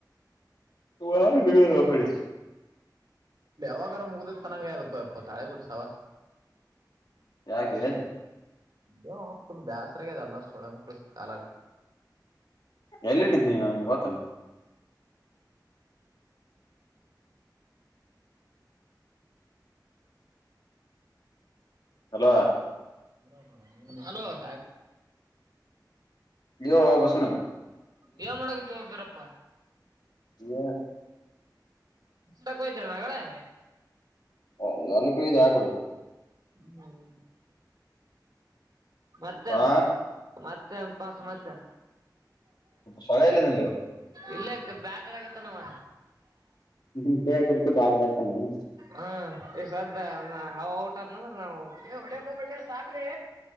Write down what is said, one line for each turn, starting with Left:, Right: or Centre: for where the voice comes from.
Left: ತು ಆಾರ ತುಗ ಹಕಳ
Right: ವಕರ ಮುಗ್ದ ತನಂಗ ಅ ಇ ತಾಳೆ ಕೂಟ್ಟಿ ಸವಾಾಸ
Left: ಯಾಕ್ಲ
Right: ಇ ತಲ್ ಬ್ಯಾಸ್ರಗದ ಅಲ್ಲ ೋಡ ಮುಖ ಕಲ್ಲ
Left: ಎಲ್ಲಿಟ್ಟಿದ್ ನೀ ನನಗೆ ಗೊತ್ತೇನ್ ಹಲೋ
Right: ಬರಬ ನೀೋ ಹಲೋ
Left: ಹೇಳು ಬಸನು
Right: ಯಏ ಮಾಡಕುತ್ತ ಬಿರಪ್ಪಾ
Left: ಇ
Right: ತಕಯಿದ್ರಣಗಳೆ
Left: ಹ ಎಲ್ಲಕ್ಕೂ ಇದೆ ಆಕಡು
Right: ಹ್ಮ್ ಬರ್ತಲ್ಲ
Left: ಹಾ
Right: ಮತ್ತೆ ಒ ಪಸ್ ಮತ್ತೆ
Left: ಸೊಳೆಲ್ಲಿದನಲ್ಲಿ
Right: ಇಲ್ಲ ಬ್ಯಾಟ ಆಗತ್ತ ನವ
Left: ನಿ ಕ ಕುಡಕ್ಕೆ ಬಾಡಾಯ್ತಾನಿ
Right: ಹ ಎಷ್ಟ ಅವ ಊಟ ನಾವು ಒಳ್ಳೆ ಹೋಗಬಳ್ಳೆ ಸಾಕ್ಲಿ